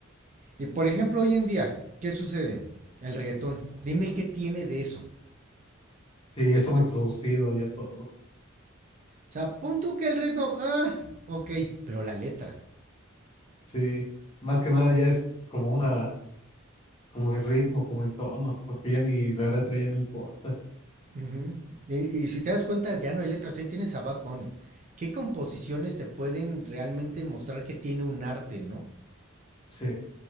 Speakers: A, on the right (about 35°); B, on the left (about 25°).
A: Y por ejemplo, hoy en día, ¿qué sucede? El reggaetón. Dime qué tiene de eso.
B: Sí, ya está muy producido, ya todo.
A: O sea, pon tú que el ritmo, ah, ok, pero la letra.
B: Sí, más que nada ya es como una, como el ritmo, como el tono, porque ya ni la letra ya no importa.
A: Ujú. y, y si te das cuenta, ya no hay letras, ahí tienes a Bad Bunny. ¿Qué composiciones te pueden realmente mostrar que tiene un arte, no?
B: Sí,